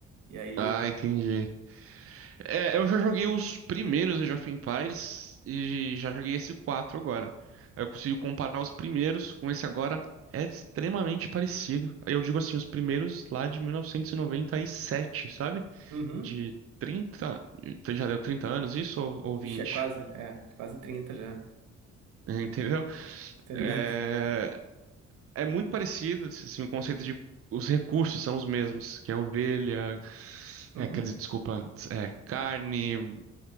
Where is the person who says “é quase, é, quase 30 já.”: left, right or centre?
Right